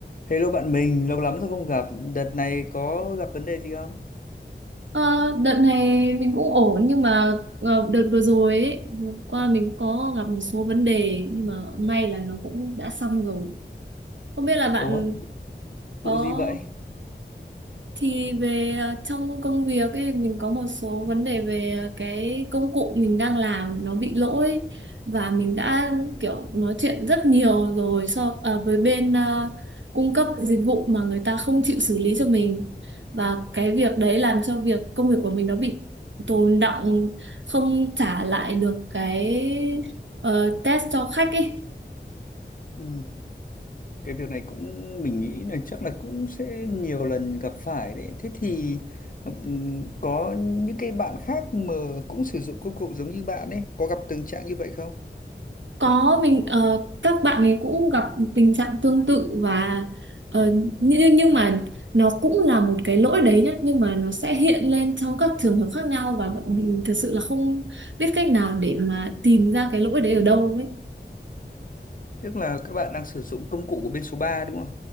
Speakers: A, on the left; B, on the right.
A: Hello bạn mình, lâu lắm rồi không gặp. Đợt này có gặp vấn đề gì không?
B: Ờ, đợt này mình cũng ổn nhưng mà ờ, đợt vừa rồi ấy, vừa qua mình có gặp một số vấn đề nhưng mà may là nó cũng đã xong rồi. Không biết là bạn
A: Ủa,
B: có
A: vụ gì vậy?
B: thì về ờ, trong công việc ấy mình có một số vấn đề về ờ, cái công cụ mình đang làm nó bị lỗi và mình đã kiểu nói chuyện rất nhiều rồi so ờ, với bên ờ, cung cấp dịch vụ mà người ta không chịu xử lý cho mình và cái việc đấy làm cho việc công việc của mình nó bị tồn đọng không trả lại được cái ờ, test cho khách ấy
A: Ừ, cái việc này cũng mình nghĩ là chắc là cũng sẽ nhiều lần gặp phải đấy. Thế thì ừm, có những cái bạn khác mà cũng sử dụng công cụ giống như bạn ấy, có gặp tình trạng như vậy không?
B: Có mình ờ, các bạn ấy cũng gặp tình trạng tương tự và ờ, nhưng nhưng mà nó cũng là một cái lỗi đấy nhá nhưng mà nó sẽ hiện lên trong các trường hợp khác nhau và bọn mình thật sự là không biết cách nào để mà tìm ra cái lỗi đấy ở đâu ấy.
A: Tức là các bạn đang sử dụng công cụ của bên số 3 đúng không?